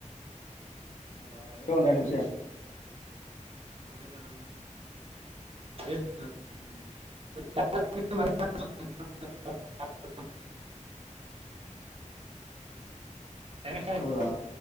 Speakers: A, on the left; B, on the right.
A: ಹೌದಾ ಎರಡು ಒಂದೆರಡು ನಿಮಿಷ
B: ಹೌದಾ ಎಷ್ಟ
A: <inaudible>
B: <unintelligible> <unintelligible>
A: ಹೌದಾ